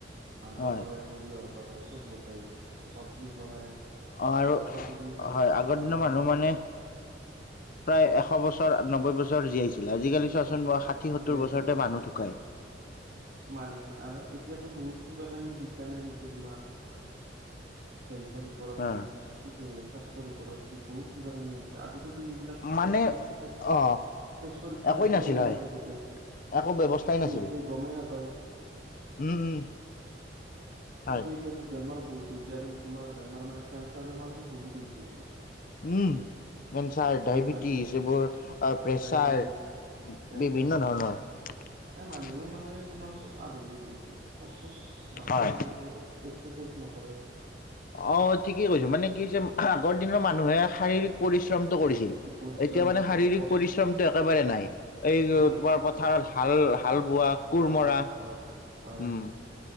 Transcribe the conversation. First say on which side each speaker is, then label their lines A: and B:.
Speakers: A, on the right; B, on the left.
A: খানাৰ
B: হয়
A: পৰাই সৰিয়ৰ পৰাই চব লোকেল চব্জিৰ পৰাই
B: অহ, আৰু
A: শাক পাচলি
B: হয়,
A: খাই পথাৰৰ
B: আগৰ দিনৰ
A: নিয়ে
B: মানুহ মানে প্ৰায় এশ বছৰ নবৈ বছৰ জীয়াইছিলে আজি-কালি চোৱা <unintelligible> ষাঠি, সত্তৰ
A: জীয়াইছিল
B: বছৰতে মানুহ ঢুকায় ।
A: মানুহে আৰু এতিয়াতো বহুত কিবা - কানি কেনে <unintelligible> নিছে তোমাৰ? হেল্থৰ ওপৰত
B: অ
A: মানে স্বাস্থ্যৰ ওপৰত বহুত কিবা কানি আহিছে। আগতে তো এইবিলাক তেজ
B: মানে
A: পৰীক্ষা চেজ
B: অ
A: <inaudible> তেজ পৰীক্ষা
B: একোৱেই
A: নাছিলে
B: নাছিল
A: এইবিলাক
B: হয়
A: আগতে
B: একো ব্যৱস্থাই
A: কি
B: নাছিল
A: হৈছে গমে নাপা হয় <inaudible>
B: উম উম
A: কিন্তু,
B: হয়
A: এতিয়া তো বেমাৰ বহুত হৈছে আৰু তোমাৰ বেমাৰ মানে, কেঞ্চাৰ বেমাৰতো বহুত হৈছে এতিয়া।
B: উম, কেন্ঞ্চাৰ,
A: বহুত
B: ডায়েবেটিছ
A: বাঢ়িছে
B: এইবোৰ প্ৰেছাৰ
A: ডায়বেটিছ প্ৰেছাৰ
B: বিভিন্ন ধৰণৰ
A: এ মানুহে মানে তোমাৰ চব আধুনিক ৰীলছ হে পচ চচ নাকাৰেনো
B: হয়।
A: এতিয়া এক এক্সাৰচাইজ নকৰে।
B: অ' ঠিকে কৈছো মানে কি হৈছে আগৰ দিনৰ মানুহে শাৰীৰিক পৰিশ্ৰ পৰিশ্ৰমটো কৰিছিল
A: পৰিশ্ৰম
B: এতিয়া মানে
A: কৰিছিলে
B: শাৰীৰিক
A: কষ্ট
B: পৰিশ্ৰমটো একেবাৰে নাই, এই
A: হয়
B: তোমাৰ পথাৰত
A: হয়
B: হাল -হাল বোৱা,
A: ভাল
B: কোৰ মৰা,
A: পাই হয় হয়
B: উম
A: হয়